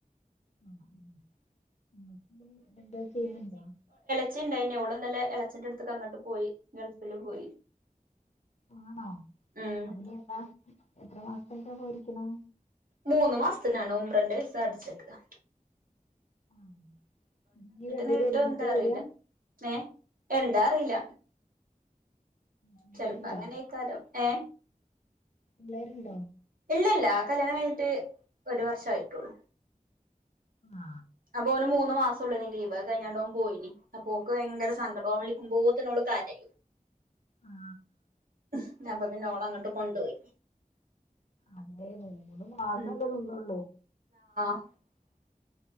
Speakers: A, on the left; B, on the right.
A: ആ ആഹ് <unintelligible> എന്താ <unintelligible> ചെയ്യുന്നുണ്ടോ
B: ളച്ചി ഇണ്ടായിന്നു ഓള് ഇന്നലെ എളച്ചന്റെ അടുത്തക്ക് അങ്ങോട്ട് പോയി ഗൾഫില് പോയി
A: ആണോ
B: ഉം
A: അപ്പോ ഇനി എന്നാ എത്ര മാസത്തേക്കാ പോയിരിക്കണെ
B: മൂന്ന് മാസത്തിനാണ് ഉംറൻ്റെ വിസ അടിച്ചേക്കാ
A: ആ ഇനി രണ്ടുപേരും
B: നീട്ടോ
A: ഒരുമിച്ചാ
B: എന്താ അറിയില്ല
A: വെരാ
B: ഏ എന്താ അറിയില്ല
A: പിള്ളേരുണ്ടോ
B: ചെലപ്പോ അങ്ങനെയായിക്കാരം ഏ
A: പിള്ളേരുണ്ടോ
B: ഇല്ല ഇല്ല കല്യാണം കഴിഞ്ഞിട്ട് ഒരു വർഷയിട്ടുള്ളൂ
A: ആ
B: അപ്പൊ ഓന് മൂന്ന് മാസം ഉള്ളൂ ലീവ് <unintelligible> ഓൻ പോയീനി. അപ്പോക്ക് ഭയങ്കര സങ്കടം. ഓൻ വിളിക്കുമ്പോത്ത്ന് ഓള് കരയും
A: ആ
B: <unintelligible> ഓളങ്ങോട്ട് കൊണ്ടോയി
A: അതെ മൂന്ന് മാസം
B: ഉം
A: അല്ലേ നിന്നുള്ളു
B: <inaudible>